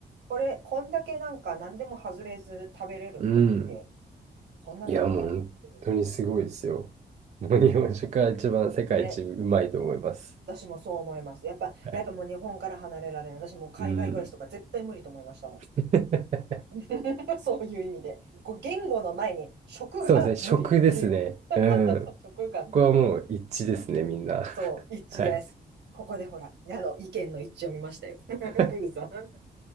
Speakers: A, on the right; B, on the right.
A: これ、こんだけなんか何でも外れず食べれる国って、
B: うん。
A: そんななくないっていう。
B: いや、もう本当にすごいですよ。もう日本食が一番世界一うまいと思います。
A: そうね、私もそう思います。やっぱ、
B: はい。
A: やっぱもう日本から離れられない。私もう海外暮らしとか絶対無理と思いましたもん。
B: うん。<laughs>
A: <laughs> そういう意味で。こう言語の前に食が無理っていう。
B: そうですね、食ですね。
A: <laughs>
B: うん。
A: 食が無理。
B: ここはもう一致ですね、みんな。<laughs>
A: そう、一致です。
B: はい。
A: ここでほら、矢の意見の一致を見ましたよ。<laughs>
B: <laughs>
A: ウルさん